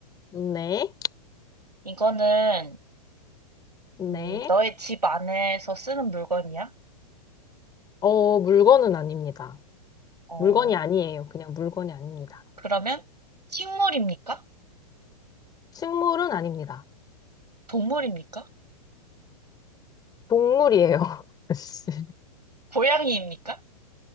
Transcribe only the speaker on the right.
이거는
음, 너의 집 안에서 쓰는 물건이야?
어,
그러면 식물입니까?
동물입니까?
고양이입니까?